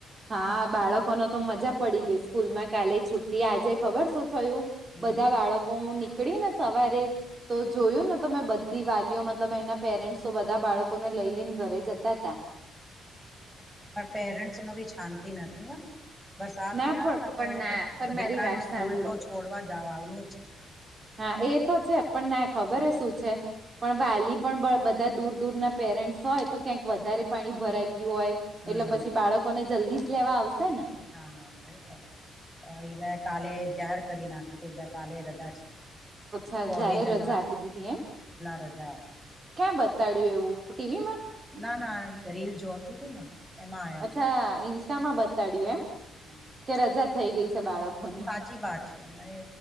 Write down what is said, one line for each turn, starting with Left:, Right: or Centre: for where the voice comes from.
Right: હા બાળકો ન તો મજા પડી ગઈ સ્કૂલમાં કાલે છુટ્ટી આજે ખબર સુું થયું
Centre: હમ
Right: બધા બાળકો હું નીકળીને સવારે તો જોયું ને તો મેં બધી વાલીઓ મતલબ એના પેરેન્ટ્સો બધા બાળકોને લઈ લઈને ઘરે જતા હતા
Centre: પણ પેરેન્ટ્સ નો બી શાંતિ નથી હ. વરસાદ
Right: ના
Centre: આવે
Right: પણ
Centre: તો
Right: પણ ના પણ
Centre: દીકરાનું
Right: મારી વાત
Centre: સ્કૂલ
Right: સાંભળો
Centre: તો છોડવા જઓ આવનું છે.
Right: હા એ તો છે પણ ના એ ખબર હ શું છે. પણ વાલી પણ બધા દૂર દૂરના પેરેન્ટ્સ હોય તો ક્યાંક વધારે પાણી ભરાઈ ગયું હોય
Centre: હમ
Right: એટલે પછી બાળકોને જલ્દી જ લેવા આવશે ને.
Centre: હા વેલકમ એ કાલે જાહેર કરી નાખ્યું કે કાલે રજા છે.
Right: અચ્છા
Centre: પોલીજનો
Right: જાહેર રજા આપી દીધી એમ
Centre: રજા <unintelligible>
Right: ક્યાં બતાડ્યું એવું ટીવી માં?
Centre: ના ના રીલ જોતી હતી ને એમાં આયા
Right: અચ્છા ઇસ્ટ બતાડ્યું એમ
Centre: હા
Right: કે રજા થઈ ગઈ છે બાળકોની
Centre: હા સાચી વાત છે મારે